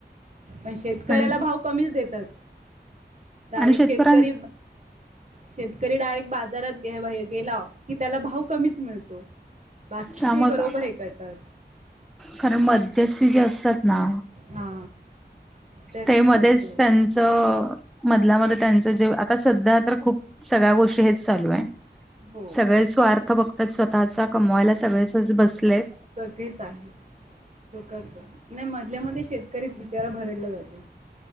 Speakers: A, on the right; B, in the centre.
A: पण शेतकऱ्याला
B: आणि
A: भाव कमीच देतात. डायरेक्ट
B: आणि शेतकऱ्यांच
A: शेतकरी शेतकरी डायरेक्ट बाजारात हे बा हे गेला कि, त्याला भाव कमीच मिळतो. बाकीचे
B: त्यामुळे
A: बरोबर हे करतात.
B: कारण, मध्यस्थी जे असतात ना
A: हा. त्यांनाच
B: ते मध्येच,
A: जास्त हे
B: त्यां चं. मधल्या - मध्ये त्यांच जे. आता सध्या तर खूप. सगळ्या गोष्टी हेच चालूय.
A: हो
B: सगळे स्वार्थ बघतात स्वतःचा. कमवायला सगळेचच बसलेत.
A: सगळीच आहेत. <unintelligible> नाही, मधल्या - मध्ये शेतकरीत, बिचारा भरडला जातो.